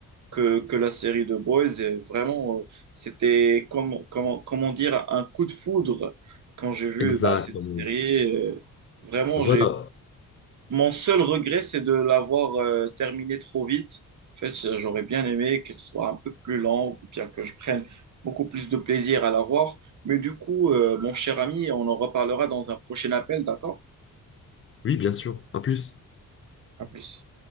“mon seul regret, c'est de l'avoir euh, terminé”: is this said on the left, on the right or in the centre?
Right